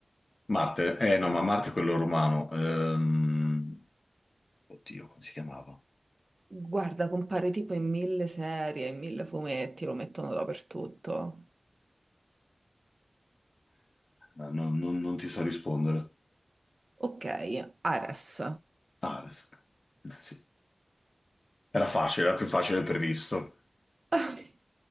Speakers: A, on the left (about 55°); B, on the right (about 45°).
A: Marte, eh no, ma Marte è quello romano. Ehm, Oddio, come si chiamava?
B: Guarda, compare tipo in mille serie, in mille fumetti, lo mettono dappertutto.
A: Eh, Non, non- non ti so rispondere.
B: Ok, Ares.
A: Ares. Eh, sì. Era facile, era più facile del previsto.
B: <laughs>